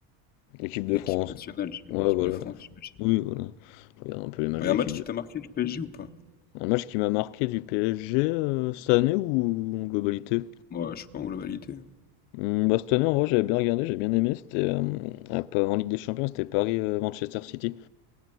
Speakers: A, on the left; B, on the left.
A: L'équipe de
B: L'équipe
A: France.
B: nationale, j'ai-
A: Ouais
B: l'équipe
A: voilà.
B: de France, j'imagine.
A: Oui voilà. Je regarde un peu les matchs
B: Il
A: de
B: y a
A: l'équipe
B: un match qui
A: de
B: t'a marqué du PSG ou pas?
A: un match qui m'a marqué du PSG, heu, cette année ou en globalité?
B: Moi, je sais pas en globalité.
A: Mmh, bah, cette année en vrai j'avais bien regardé, j'ai bien aimé, c'était, hem, à pa en Ligue des Champions, c'était Paris, euh, Manchester City.